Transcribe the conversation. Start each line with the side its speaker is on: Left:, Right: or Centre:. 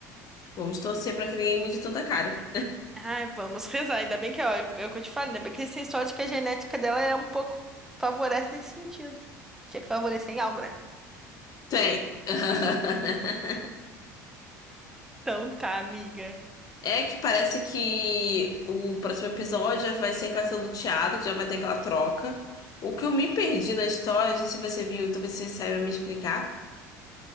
Left: Vamos torcer pra que ninguém mude toda a cara.
Centre: Ai, vamos rezar. Ainda bem que, ó, é o que eu te falo, ainda bem que eles têm sorte que a genética dela é um pouco favorece nesse sentido. Tinha que favorecer em algo, né?
Left: <laughs> Tem. <laughs>
Centre: Então tá, amiga.
Left: É que parece que o próximo episódio já vai ser a questão do teatro, que já vai ter aquela troca. O que eu me perdi na história, não sei se você viu, talvez você saiba me explicar,